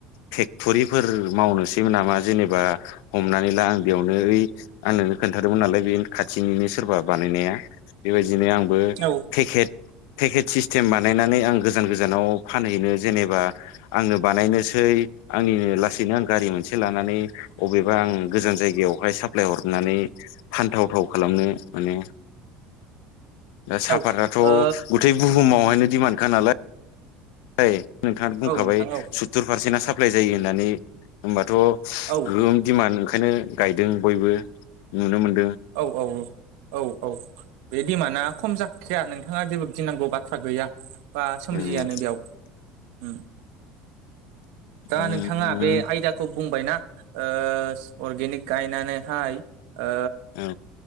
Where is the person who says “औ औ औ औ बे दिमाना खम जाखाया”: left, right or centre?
Right